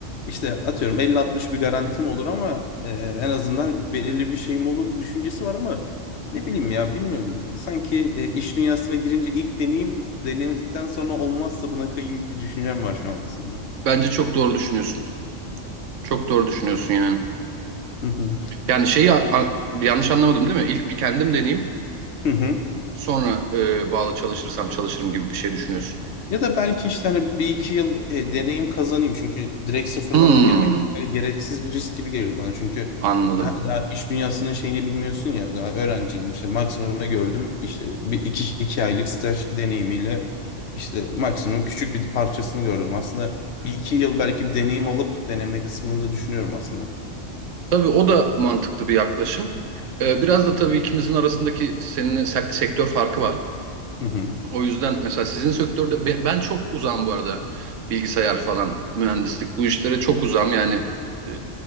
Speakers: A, on the left (about 60°); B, on the right (about 75°).
A: işte atıyorum 50-60 bir garantim olur ama e, en azından belirli bir şeyim olur düşüncesi var ama ne bileyim ya bilmiyorum sanki e, iş dünyasına girince ilk deneyim denemedikten sonra olmazsa buna kayayım bir düşüncem var şu an aslında.
B: Bence çok doğru düşünüyorsun. Çok doğru düşünüyorsun yani.
A: Hı hı.
B: Yani şeyi a- a- yanlış anlamadım değil mi? İlk bir kendim deneyeyim.
A: Hı hı.
B: Sonra e, bağlı çalışırsam çalışırım gibi bir şey düşünüyorsun.
A: Ya da belki işte hani bir iki yıl e, deneyim kazanayım. Çünkü direkt sıfırdan
B: Hmm,
A: girmek mesela gereksiz bir risk gibi geliyor bana. Çünkü
B: anladım.
A: ha- daha iş dünyasının şeyini bilmiyorsun ya. Daha öğrenciyim işte maksimum ne gördüm? İşte bir iki, iki aylık staj deneyimiyle işte maksimum küçük bir parçasını gördüm. Aslında bir iki yıl belki bir deneyim alıp deneme kısmında düşünüyorum aslında.
B: Tabii o da mantıklı bir yaklaşım. Ee, biraz da tabii ikimizin arasındaki seninle se- sektör farkı var.
A: Hı hı.
B: O yüzden mesela sizin sektörde be- ben çok uzağım bu arada bilgisayar falan mühendislik bu işlere çok uzağım yani e,